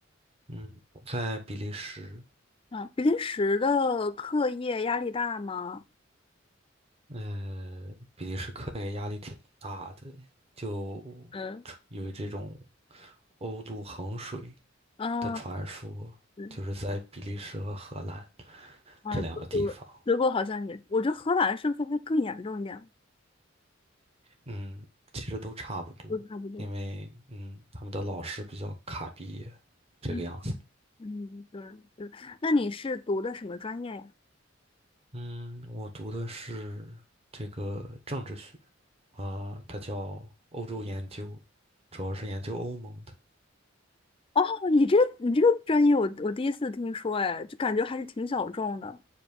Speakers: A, on the right (about 30°); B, on the left (about 25°).
A: 嗯，我在比利时，
B: 啊，比利时的课业压力大吗？
A: 呃，比利时课业压力挺大的，就
B: 嗯，
A: 有这种欧陆衡水
B: 啊，
A: 的传说，
B: 对，
A: 就是在比利时和荷兰
B: 啊，
A: 这两个地方，
B: 德国，德国好像也，我觉得荷兰是不是会更严重一点？
A: 嗯，其实都差不多，
B: 都差不多。
A: 因为嗯，他们的老师比较卡毕业，这个样子。
B: 嗯嗯，对对。那你是读的什么专业呀？
A: 嗯，我读的是这个政治学啊，它叫欧洲研究，主要是研究欧盟的。
B: 哦，你这个你这个专业我，我第一次听说，哎，就感觉还是挺小众的。